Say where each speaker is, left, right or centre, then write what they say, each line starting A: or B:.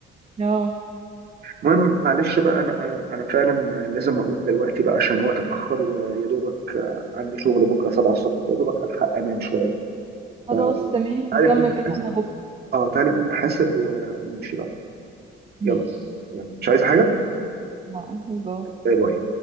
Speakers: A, on the right (about 30°); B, on the right (about 55°).
A: اه
B: المهم معلش بقى انا انا انا فعلا لازم اقوم دلوقتي بقى عشان الوقت اتاخر ويا دوبك عندي شغل بكره 7 الصبح يا دوبك الحق انام شويه
A: خلاص
B: فتعالى
A: تمام نكمل
B: نقوم نحاسب
A: كلامنا بكره
B: اه تعالى نقوم نحاسب و- ونمشي بقى
A: ماشي
B: يلا يلا مش عايزه حاجه
A: اه باي.
B: باي باي